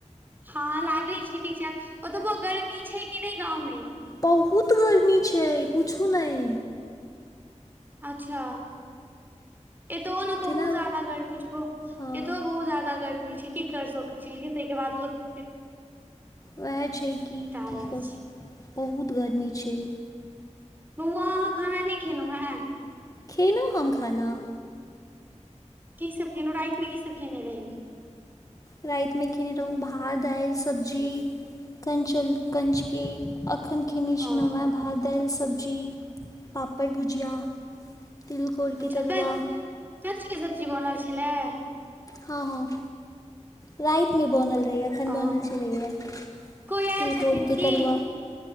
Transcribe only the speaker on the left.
बहुत गर्मी छै पूछू नइ
तेना
हँ
उएह छय कि की
कऽ
सकै बहुत गर्मी छै
खेलहुँ हम खाना
राति में खेने रहू भात दालि सब्जी कंचन कंचके अखन खेने छी
न व‌एह भात दालि सब्जी पापड़ भुजिया तिलकोरके
तरुआ
हँ हँ राति में बनल रहैया एखन बनल
छलै यऽ
तिलकोर
केँ
तरुआ